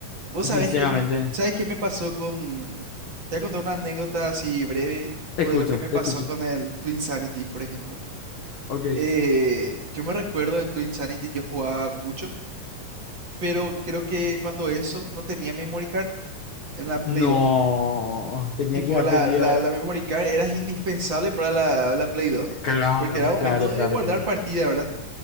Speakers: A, on the right; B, on the left.
A: Vos
B: Sinceramente,
A: sabés que me, ¿sabés qué me pasó con... Te voy a contar una anécdota así breve, tipo
B: te escucho,
A: de lo que me
B: te
A: pasó
B: escucho.
A: con el Twin Sanity, por ejemplo.
B: Ok.
A: Eh, yo me recuerdo en Twin Sanity yo jugaba mucho, pero creo que cuando eso no tenía memory card en la Play
B: No,
A: dos
B: tenía
A: Y tipo
B: que haber
A: la,
B: aprendido
A: la,
B: ahora.
A: la memory card era indispensable para la, la Play 2,
B: Claro,
A: porque era un
B: claro,
A: método de
B: claro,
A: guardar
B: claro.
A: partida, ¿verdad?